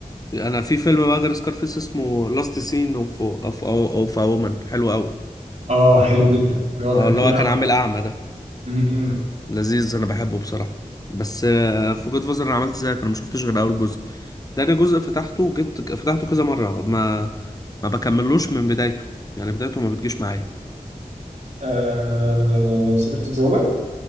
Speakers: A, on the left; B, on the right.
A: انا في فيلم بقى غير سكارفيس اسمه لاست سين اوف اوف اوف وومن حلو اوي
B: اه حلو جدا اللي هو
A: اه
B: كان
A: اللي
B: فيه
A: هو كان عامل اعمى ده
B: امم
A: لذيذ انا بحبه بصراحه بس آه، في جود فازر انا عملت زيك انا ما شفتش غير اول جزء ده جزء فتحته جيت فتحته كذا مره ما ما بكملوش من بدايته يعني بدايته ما بتجيش معايا
B: آه سكرة الزومة